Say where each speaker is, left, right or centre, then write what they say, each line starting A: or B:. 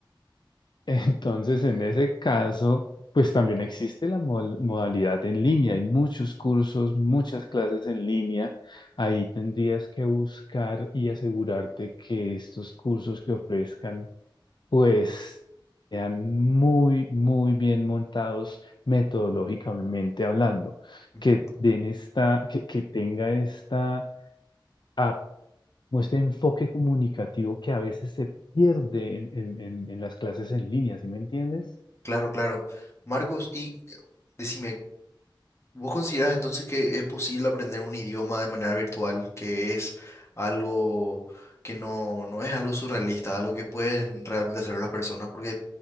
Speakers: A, on the left; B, on the left.
A: <laughs> Entonces, en ese caso, pues también existe la mol- modalidad en línea. Hay muchos cursos, muchas clases en línea. Ahí tendrías que buscar y asegurarte que estos cursos que ofrezcan pues sean muy, muy bien montados metodológicamente hablando,
B: Ujú.
A: que den esta, que, que tenga esta, ap- o este enfoque comunicativo que a veces se pierde en, en, en, en las clases en línea, ¿sí me entiendes?
B: Claro, claro. Marcos, y eh, decime, ¿vos considerás entonces que es posible aprender un idioma de manera virtual, que es algo que no, no es algo surrealista, algo que pueden realmente hacer las personas? Porque